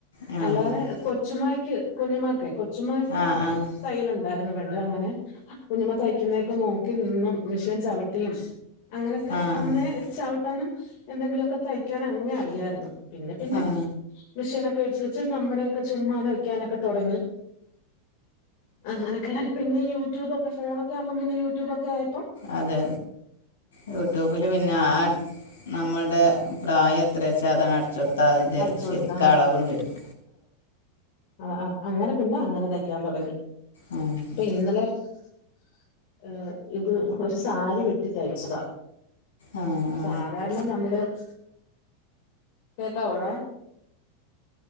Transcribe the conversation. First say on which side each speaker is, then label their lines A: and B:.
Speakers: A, on the left (about 65°); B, on the left (about 50°).
A: ആ ആ
B: അല്ലാതെ കൊച്ചുമായക്ക് കൊഞ്ഞുമാക്ക് കൊ കൊച്ചുമ്മയ്ക്ക്
A: ആ ആ
B: തയലു ണ്ടായിരുന്നു പണ്ട് അങ്ങനെ കുഞ്ഞുമമ്മ തയ്ക്കുന്നതൊക്കെ നോക്കി നിന്നും മിഷീൻ ചവിട്ടിയും അങ്ങനെയൊക്കെ
A: ആ ആ
B: അന്നേ ചവിട്ടാനും എന്തെങ്കിലുമൊക്കെ തയ്ക്കാൻ അങ്ങെനെ അറിയായിരുന്നു പിന്നെ പിന്നെ
A: ആ
B: മിഷീനൊക്കെ- <unintelligible> നമ്മടൊക്കെ ചുമ്മാ തയ്ക്കാനൊക്കെ തുടങ്ങി അങ്ങനൊക്കല്ലേ പിന്ന യൂട്യൂബൊക്കെോ ഫോണേക്കെ ഒക്കെകുമ്പോ പിന്ന യൂട്യൂ്ക്ക ആ
A: അതേ യൂട്യൂബില് പിന്നെ ആ നമ്മുടെ പ്രായം എത്രാച്ച അതങ്ങ് അടിച്ചു കൊടു പ്പാതിൻ്റെ
B: അടിച്ചു
A: ശരിക്കളവും
B: കൊടുത്താ
A: തരും
B: ആ അ അങ്ങനെ പിന്നങ്ങനെ തയ്ക്കാൻ തുടങ്ങി
A: ആ
B: പ്പൊ ഇന്നലെ <unintelligible> ഇത് ഒരു സാരി വെട്ടി തയ്ച്ചതാ.
A: ആ ആ
B: സാധാരണ നമ്മള് <unintelligible> പ്പവിടെ